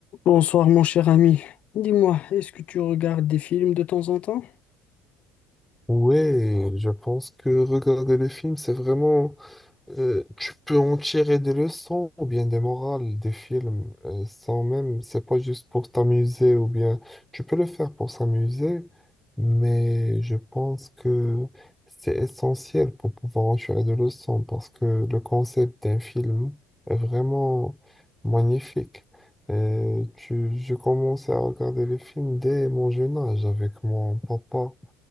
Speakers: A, on the left; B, in the centre.
A: Bonsoir mon cher ami. Dis-moi, est-ce que tu regardes des films de temps en temps?
B: Ouais, je pense que regarder les films, c'est vraiment... euh, tu peux en tirer des leçons ou bien des morales des films euh, sans même... C'est pas juste pour t'amuser ou bien... Tu peux le faire pour s'amuser, mais je pense que c'est essentiel pour pouvoir en tirer des leçons parce que le concept d'un film est vraiment magnifique. Euh, tu... Je commençais à regarder les films dès mon jeune âge avec mon papa.